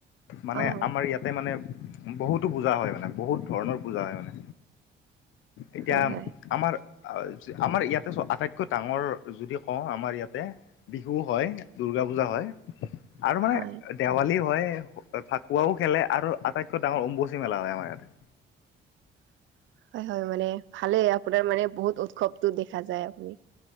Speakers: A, on the left; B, on the right.
A: মানে
B: অ'।
A: আমাৰ ইয়াতে মানে- বহুতো পূজা হয় মানে বহুত ধৰণৰ পূজা হয় মানে, এতিয়া-
B: হয়, হয়,
A: আমাৰ আমাৰ ইয়াতে চ আটাইতকৈ ডাঙৰ যদি কওঁ আমাৰ ইয়াতে- বিহু, হয় দুৰ্গা, পূজা হয় আৰু মানে-
B: হয়,
A: দেৱালী হয় ফাকুৱাও খেলে আৰু আটাইতকৈ ডাঙৰ উম্বচি, মেলা হয়, আমাৰ ইয়াতে-
B: <inaudible> হয় হয় মানে ভালে আপোনাৰ মানে বহুত উৎসৱতটো দেখা যায় আপুনি।